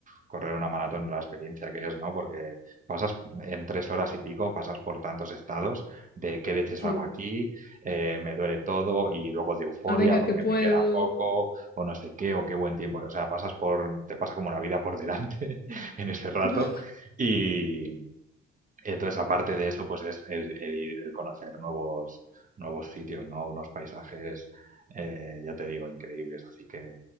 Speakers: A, on the right; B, on the left.
A: correr una maratón, la experiencia que es, ¿no? Porque pasas en tres horas y pico, pasas por tantos estados de qué leches
B: Sí.
A: hago aquí, eh, me duele todo y luego de euforia
B: Ah, venga,
A: porque
B: que puedo.
A: me queda poco o no sé qué o qué buen tiempo. O sea, pasas por, te pasa como la vida por delante <laughs> en ese rato
B: <laughs>
A: y, entonces, aparte de eso, pues es el, el ir- el conocer nuevos, nuevos sitios, ¿no? Unos paisajes, eh, ya te digo, increíbles. Así que